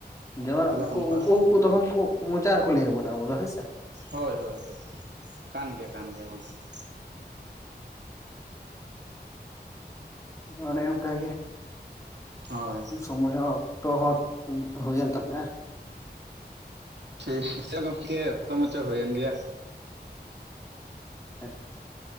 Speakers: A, on the left; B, on the right.
A: ᱡᱮᱢᱚᱱ ᱩᱱᱠᱩ
B: ᱚᱱᱠᱟ
A: ᱩᱱᱠᱩ ᱩᱱᱠᱩ ᱛᱚᱠᱷᱚᱱ ᱠᱚ ᱢᱚᱪᱟ ᱨᱮᱠᱚ ᱞᱟᱹᱭ ᱟᱵᱚᱱᱟ ᱼᱼ
B: ᱦᱳᱭ ᱦᱳᱭ ᱦᱳᱭ ᱠᱟᱱ ᱜᱮᱭᱟ ᱠᱟᱱ ᱜᱮᱭᱟ ᱜᱚᱝᱠᱮ ᱾
A: ᱚᱱᱮ ᱚᱝᱠᱟ ᱜᱮ ᱼᱼ
B: ᱦᱳᱭ ᱼᱼ
A: ᱥᱚᱢᱚᱭ ᱦᱚᱸ ᱚᱠᱛᱚ ᱦᱚᱸ ᱦᱩᱭᱮᱱ ᱛᱟᱯᱮᱭᱟ ᱾
B: ᱴᱷᱤᱠ ᱜᱮᱭᱟ ᱜᱚᱝᱠᱮ ᱚᱠᱛᱚ ᱢᱟᱪᱚ ᱦᱩᱭᱮᱱ ᱜᱮᱭᱟ ᱾
A: <inaudible>